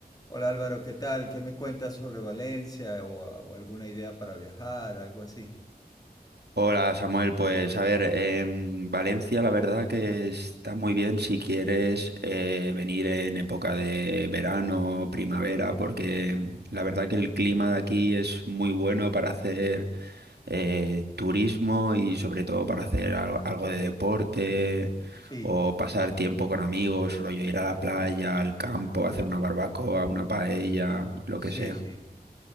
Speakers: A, on the left; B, on the right.
A: Hola Álvaro, ¿qué tal? ¿Qué me cuentas sobre Valencia o, o alguna idea para viajar, algo así?
B: Hola Samuel, pues a ver, em, Valencia la verdad que está muy bien si quieres eh, venir en época de verano, primavera, porque mm, la verdad que el clima de aquí es muy bueno para hacer eh, turismo y sobre todo para hacer al- algo, de deporte
A: Sí,
B: o pasar tiempo con amigos, rollo ir a la playa, al campo, hacer una barbacoa, una paella, lo
A: sí,
B: que sea.
A: sí.